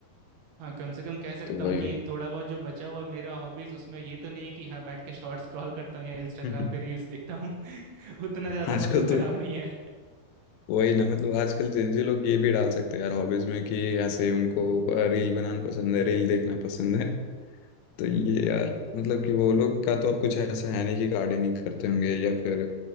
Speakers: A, on the right; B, on the left.
A: हाँ कम से कम कह सकता
B: तो
A: हूँ
B: वही
A: कि थोड़ा बहुत जो बचा हुआ मेरा हॉबीज उसमें ये तो नहीं है कि हाँ बैठ के शॉर्ट स्क्रॉल करता हूँ या
B: <laughs>
A: इंस्टाग्राम पे रील्स देखता हूँ <laughs> उतना ज़्यादा
B: आजकल
A: मतलब खराब
B: तो
A: नहीं है
B: वही ना मतलब आजकल जेंजी लोग ये भी डाल सकते हैं यार हॉबीज़ में कि ऐसे उनको रील बनाना पसंद है रील देखना पसंद है <laughs> तो ये यार मतलब कि वो लोग का तो अब कुछ ऐसा है नहीं कि गार्डनिंग करते होंगे या फिर